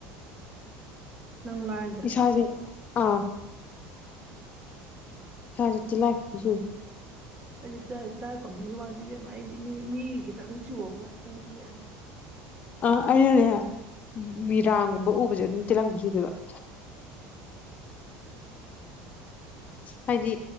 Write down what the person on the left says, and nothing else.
ꯏꯁꯥꯁꯦ ꯑꯥ ꯁꯥ ꯆ ꯂꯥꯏ ꯀꯁꯨꯏ
ꯑ ꯑꯩꯅꯅꯦꯦ ꯃꯤꯔꯥꯡꯒꯨꯝꯕ ꯎꯕꯁꯦ ꯑꯗꯨꯝ ꯇꯤꯜꯂꯛꯕ ꯆꯨꯗꯦꯕ <inaudible> ꯍꯥꯏꯗꯤ